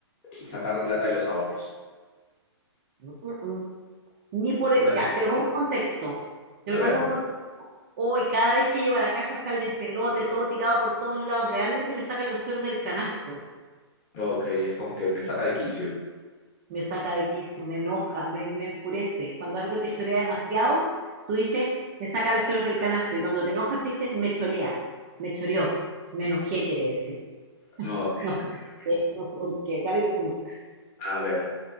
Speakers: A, on the left; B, on the right.
A: sacar plata de los ahorros.
B: Mm, mm. mm. Ni por, e,
A: Una,
B: ya, te lo pongo en contexto. Te
A: a
B: lo
A: ver,
B: pongo en contexto. Hoy, cada vez que llego a la casa está el despelote, todo tirado por todos lados. Realmente me sacan los choros del canasto.
A: ok, es como que me saca de quicio.
B: me saca de quicio, me enoja, me, me enfurece. Cuando algo te chorea demasiado, tú dices, me saca los choros del canasto. Y cuando te enojas, dices, me chorea, me choreó, me enojé, quiere decir. <laughs>
A: Ok,
B: No sé
A: ok,
B: por
A: ok.
B: qué, no sé por qué. Dale tú uno.
A: A ver.